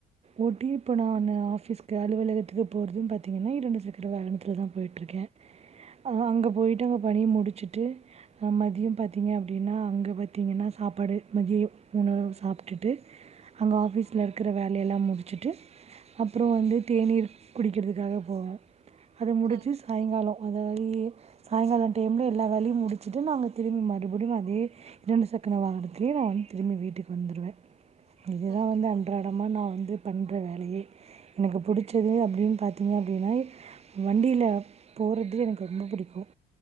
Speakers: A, on the right (about 40°); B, on the right (about 75°).
A: ஓட்டி இப்போ நானு
B: சரிங்க தோழி
A: ஆஃபீஸ்க்கு அலுவலக து போறதும் பாத்தீங்கன்னா இரண்டு சக்கர வாகனத்துல தா போயிட்டு இருக்கே அங்க போயிட்டு அங்க பணிய முடிச்சுட்டு மதியம் பாத்தீங்க அப்டின்னா அங்க பாத்தீங்கன்னா சாப்பாடு மதியோ உணவு சாப்டுட்டு அங்க ஆஃபீஸ்ல இருக்கிற வேலயெல்லா முடிச்சுட்டு அப்புறோ வந்து தேநீர் குடிக்கிறதுக்காக போவ அது முடிச்சு
B: சரிங்க
A: சாயங்காலம்
B: தோழி
A: அதாவ சாயங்கால டைம்ல எல்லா வேலயும் முடிச்சுட்டு நாங்க திரும்பி மறுபடியும் அதே இரண்டு சக்கர வாகனத் துலயே நா வந்து திரும்பி வீட்டுக்கு வந்துருவே இதுதா
B: சரிங்க
A: வந்து
B: தோழி
A: அன்றாடமா நா வந்து பண்ற வேலயே எனக்கு புடிச்சது அப்டின்னு பாத்தீங்க அப்டின்னா வண்டியில போ போறதே எனக்கு ரொம்ப புடிக்கும்